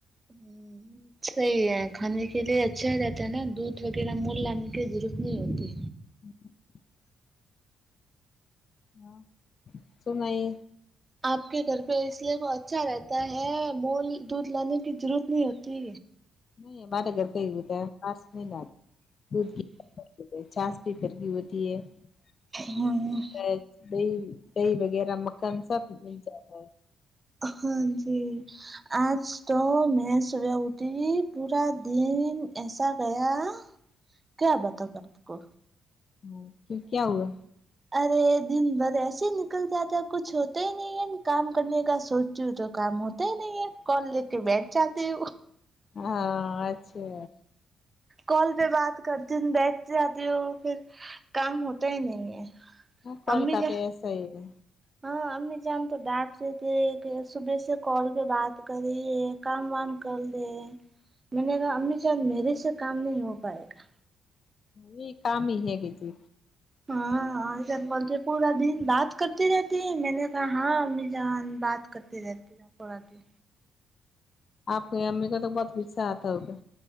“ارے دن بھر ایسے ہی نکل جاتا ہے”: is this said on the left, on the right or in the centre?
Right